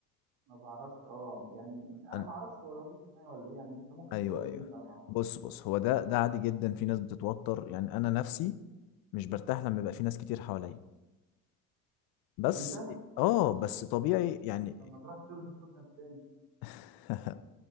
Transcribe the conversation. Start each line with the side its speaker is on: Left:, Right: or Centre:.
Right: ما بعرفش اه يعني مش انا
Left: أنا...
Right: ما اعرفش هو رهاب اجتماعي ولا ايه يعني انت ممكن
Left: ايوه
Right: تقول
Left: ايوه
Right: لي انت انا ما اعرفش
Left: بص بص هو ده ده عادي جدا في ناس بتتوتر يعني انا نفسي مش برتاح لما يبقى في ناس كتير حواليا بس
Right: انت
Left: اه بس طبيعي يعني
Right: طب ما تروح تشوف دكتور نفساني
Left: <laughs>